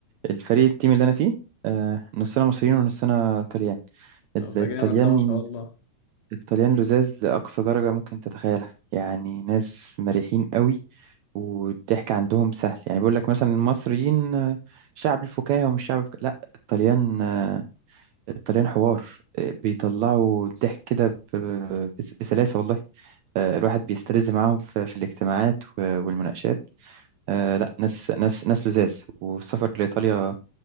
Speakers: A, on the right (about 80°); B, on the left (about 75°).
A: الفريق التيم اللي انا فيه آه، نصنا مصريين ونصنا طليان
B: طب
A: الطليان
B: ده جامد ده ما شاء الله
A: الطليان لزاز لأقصى درجة ممكن تتخيلها يعني ناس مريحين قوي والضحك عندهم سهل يعني بيقول لك مثلا المصريين آه، شعب الفكاهة ومش شعب الفكاهة لا الطليان آه، الطليان حوار آه، بيطلعوا الضحك كده ب- ب- بس- بسلاسة والله آه، الواحد بيستلذ معاهم في في الاجتماعات و- والمناقشات آه، لا ناس ناس ناس لزاز والسفر لإيطاليا